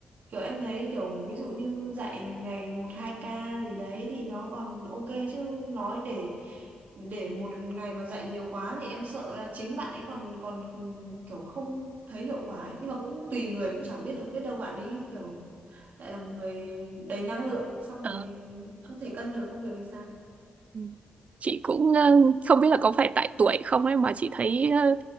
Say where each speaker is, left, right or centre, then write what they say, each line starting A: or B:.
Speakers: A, on the right (about 70°); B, on the right (about 50°).
A: kiểu em thấy kiểu ví dụ như dạy ngày một hai ca gì đấy thì nó còn ok chứ nói để để một ngày mà dạy nhiều quá thì em sợ là chính bạn ấy còn còn kiểu không thấy hiệu quả ấy. Nhưng mà cũng tùy người cũng chẳng biết được biết đâu bạn ấy kiểu lại là một người đầy năng lượng xong
B: Ờ,
A: rồi có thể cân được công việc thì sao
B: Ừ. chị cũng ờ, không biết là có phải tại tuổi không ấy mà chị thấy ờ,